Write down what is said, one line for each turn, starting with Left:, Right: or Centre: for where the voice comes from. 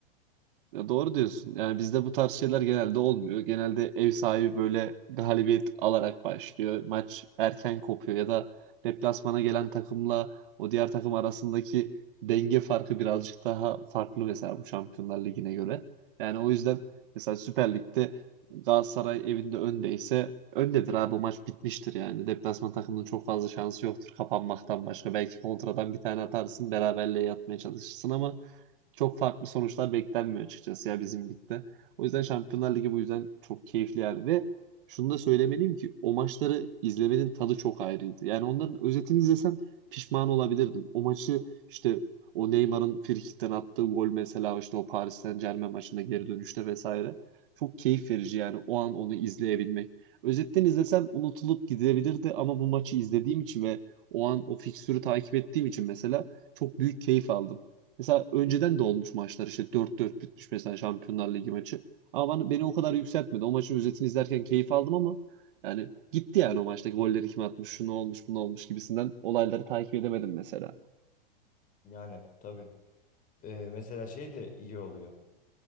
Right: Ya doğru diyorsun. Yani bizde bu tarz şeyler genelde olmuyor. Genelde ev sahibi böyle galibiyet alarak başlıyor. Maç erken kopuyor ya da deplasmana gelen takımla o diğer takım arasındaki denge farkı birazcık daha farklı mesela bu Şampiyonlar Ligi'ne göre. Yani o yüzden mesela Süper Lig'de Galatasaray evinde öndeyse öndedir abi bu maç bitmiştir yani. Deplasman takımının çok fazla şansı yoktur kapanmaktan başka. Belki kontradan bir tane atarsın beraberliğe yatmaya çalışırsın ama çok farklı sonuçlar beklenmiyor açıkçası ya bizim ligde. O yüzden Şampiyonlar Ligi bu yüzden çok keyifli yani ve şunu da söylemeliyim ki o maçları izlemenin tadı çok ayrıydı. Yani onların özetini izlesem pişman olabilirdim. O maçı işte o Neymar'ın frikikten attığı gol mesela işte o Paris Saint-Germain maçında geri dönüşte vesaire çok keyif verici yani o an onu izleyebilmek. Özetten izlesem unutulup gidebilirdi ama bu maçı izlediğim için ve o an o fikstürü takip ettiğim için mesela çok büyük keyif aldım. Mesela önceden de olmuş maçlar işte dört dört bitmiş mesela Şampiyonlar Ligi maçı. Ama ben- beni o kadar yükseltmedi. O maçın özetini izlerken keyif aldım ama yani gitti yani o maçtaki golleri kim atmış, şu ne olmuş, bu ne olmuş gibisinden olayları takip edemedim mesela.
Left: Yani tabii. E, mesela şey de iyi oluyor.